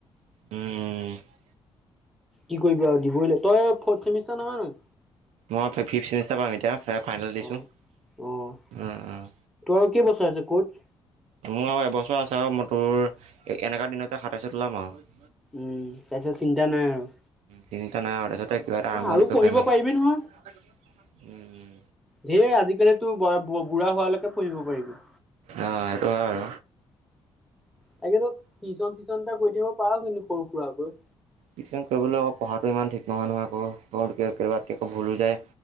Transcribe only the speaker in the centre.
কি কৰিব আৰু দিবই লাগ, তই ফৰ্থ চেমিষ্টাৰ নহয় জানো?
অ',
অ',
তোৰ আৰু কেই বছৰ আছে ক'চ?
উম, তাৰ পিছত চিন্তা নাই আৰু।
আৰু
পঢ়িব
পাৰিবি নহয়,
যিহেতু আজিকালি তোৰ বা বুঢ়া হোৱালৈকে পঢ়িব পাৰিবি।
তাকে তই টিউশ্বন চিউচন এটা কৰি থাকিব পাৰ কিন্তু সৰু সুৰাকৈ